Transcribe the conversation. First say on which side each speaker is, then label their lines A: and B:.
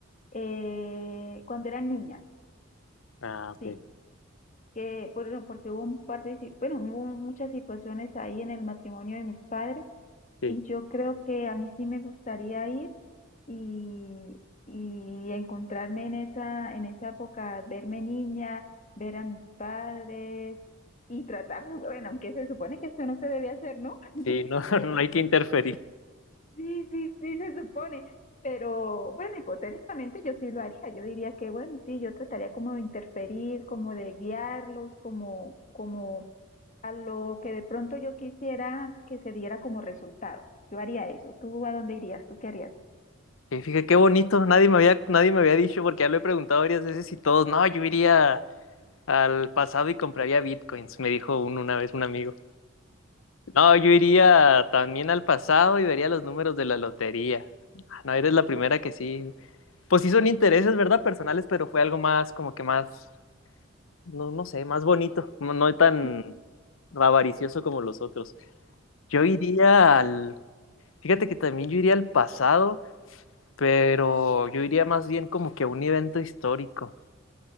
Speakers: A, on the left; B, on the left.
A: eh, cuando era niña,
B: Ah, ok.
A: sí, que por, porque hubo un par de, si- bueno, hubo muchas situaciones ahí en el matrimonio de mis padres
B: Sí.
A: y yo creo que a mí sí me gustaría ir y, y encontrarme en esa, en esa época, verme niña, ver a mis padres y tratar, bueno, aunque se supone que eso no se debe hacer, ¿no? <laughs>
B: Sí, no, <laughs> no hay que interferir.
A: Sí, sí, sí, se supone. Pero bueno, hipotéticamente yo sí lo haría. Yo diría que, bueno, sí, yo trataría como de interferir, como de guiarlos, como, como a lo que de pronto yo quisiera que se diera como resultado. Yo haría eso. ¿Tú a dónde irías? ¿Tú qué harías?
B: Eh, Fíjate qué bonito. Nadie me había, nadie me había dicho, porque ya lo he preguntado varias veces y todos, no, yo iría al pasado y compraría bitcoins, me dijo un una vez un amigo. No, yo iría también al pasado y vería los números de la lotería. Ah, No, eres la primera que sí. Pues sí son intereses, ¿verdad? Personales, pero fue algo más, como que más, no, no sé, más bonito. No, no tan
A: <laughs>
B: avaricioso como los otros. Yo iría al Fíjate que también yo iría al pasado, pero yo iría más bien como que a un evento histórico.